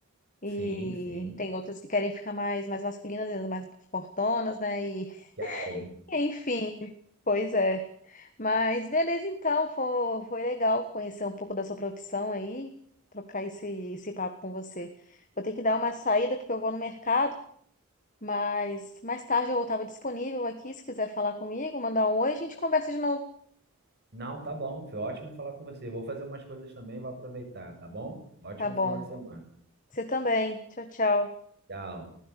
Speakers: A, on the left; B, on the right.
A: E
B: Sim, sim.
A: tem outras que querem ficar mais, mais masculinas, mais fortonas, né? E
B: Karen.
A: <laughs> enfim, pois é. Mas beleza, então, foi, foi legal conhecer um pouco da sua profissão aí, trocar esse, esse papo com você. Vou ter que dar uma saída porque eu vou no mercado, mas mais tarde eu estava disponível aqui, se quiser falar comigo, mandar um oi, a gente conversa de novo.
B: Não, tá bom. Foi ótimo falar com você. Eu Vou fazer umas coisas também, vou aproveitar, tá bom? Ótimo
A: Tá bom.
B: final de semana.
A: Você também. Tchau, tchau.
B: Tchau.